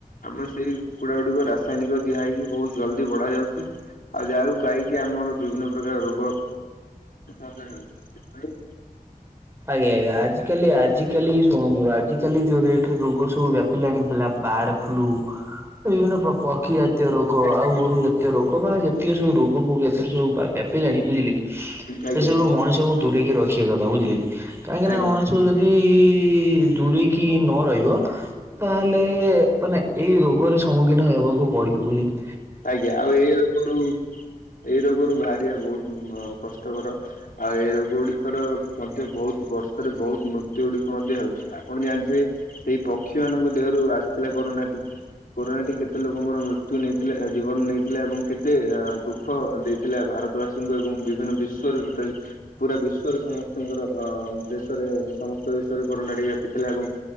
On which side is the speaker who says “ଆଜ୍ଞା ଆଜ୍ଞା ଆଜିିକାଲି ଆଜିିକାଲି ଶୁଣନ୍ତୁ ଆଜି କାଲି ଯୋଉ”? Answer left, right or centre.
Right